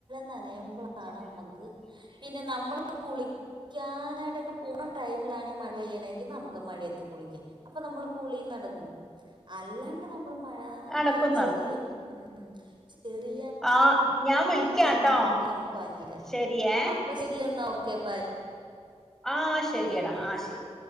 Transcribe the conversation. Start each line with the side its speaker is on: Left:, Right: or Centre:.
Right: നനയ്പോളാണ് നമ്മക്ക് പിന്നെ നമ്മള് കുളി ക്ാനായിട്ടൊക്കെ പോകുന്ന ടൈമിലാണ ഈ മഴ പെയ്യണെങ്കിൽ നമുക്ക് മഴയത്ത് കുളിക്കാം അപ്പോൾ നമ്മൾ കുളി നട അല്ലാണ്ട് നമ്മ മഴ
Centre: അടക്കം
Right: ഈ ചെറിയ
Centre: നടക്കും
Right: ഉംഉം ചെറിയ
Centre: ആ ഞാൻ വിളിക്കാട്ടോ
Right: മഴന്നഞ്ഞ നമ്മക്ക് പനി വരാ
Centre: ശരിയേ
Right: അപ്പൊ ശരി എന്നാ ഓക്കേ ബൈ
Centre: ആ ശരിയടാ
Right: ഓക്കെ ഓക്കെ
Centre: ആ ശരി